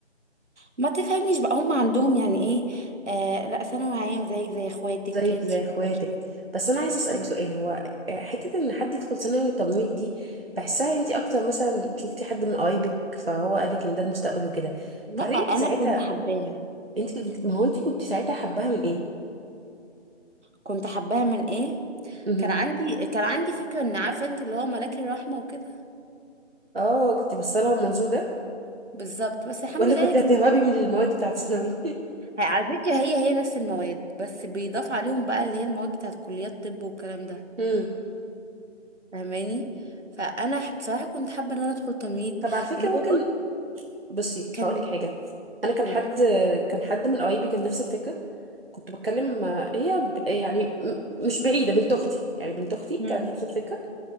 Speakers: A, on the right (about 70°); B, on the right (about 50°).
A: ما تفهمنيش بقى هم عندهم يعني ايه آه لا ثانوي عام زيك زي اخواتك
B: زيك
A: انتي
B: زي اخواتك
A: بتخشي
B: بس انا عايزه اسالك
A: أو-
B: سؤال هو آه، حته ان حد يدخل ثانوي تمريض دي بحسها انت اكتر مثلا شفتي حد من قرايبك فهو قالك ان ده المستقبل وكده
A: لا
B: فهل
A: انا
B: انت ساعتها
A: كنت حباها
B: انت كنت ما هو انت كنت ساعتها حباها من ايه
A: كنت حباها من ايه
B: امم
A: كان عندي كان عندي فكره ان عارفه انت اللي هو ملاك الرحمه وكده
B: اه كنت بصلها من المنظور ده
A: بالظبط بس الحمد
B: ولا
A: لله
B: كنت
A: اللي كان
B: هتهربي من المواد بتاعت ثانوي
A: على فكره هي هي نفس المواد بس بيضاف عليهم بقى اللي هي المواد بتاعت كليات طب والكلام
B: <laughs>
A: ده
B: امم
A: فاهماني فانا ح- بصراحه كنت حابه ان انا ادخل تمريض
B: طب على فكره
A: لو
B: ممكن بصي
A: كلميني
B: هقولك حاجه انا كان
A: قولي
B: حد كان حد من قرايبي كان نفس الفكره كنت بتكلم هي ب- يعني م- مش بعيده بنت اختي يعني بنت اختي
A: مم.
B: كانت نفس الفكره